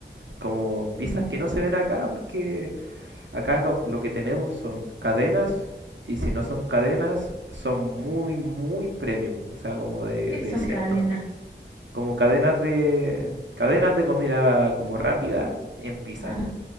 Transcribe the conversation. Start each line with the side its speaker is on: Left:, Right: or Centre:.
Right: Como
Left: Sí.
Right: pizzas que no se ven acá porque acá co- lo que tenemos son cadenas y si no son cadenas son muy, muy premium, o sea, como de,
Left: ¿Qué
Right: de
Left: son
Right: cierto
Left: cadenas?
Right: como cadenas de cadenas de comida como rápida en pizza,
Left: Ah,